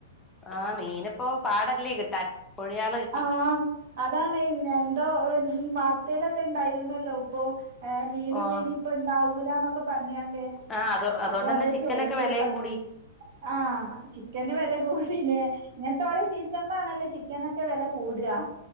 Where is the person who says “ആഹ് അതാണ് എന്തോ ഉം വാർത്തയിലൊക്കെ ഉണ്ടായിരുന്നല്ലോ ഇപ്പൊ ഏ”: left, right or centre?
Right